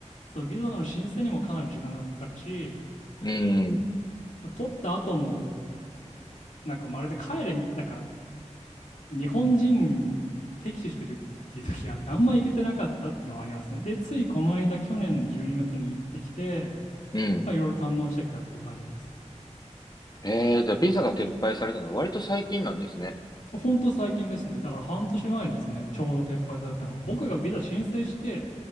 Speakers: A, on the left; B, on the left.
A: そのビザの申請にもかなり時間がかかるし、
B: うん。
A: 取った後も、なんかまるで帰れ、なんか日本人を敵視してるっていう時があって、あんま行けてなかったっていうのはありますね。で、ついこの間、去年の12月にがつに行ってきて、
B: うん。
A: まあ、いろいろ堪能してきたっていう感じです。
B: ええ、じゃあビザが撤廃されたのは割と最近なんですね。
A: 本当最近ですね。だから半年前ですね。ちょうど撤廃されたの。僕がビザ申請して、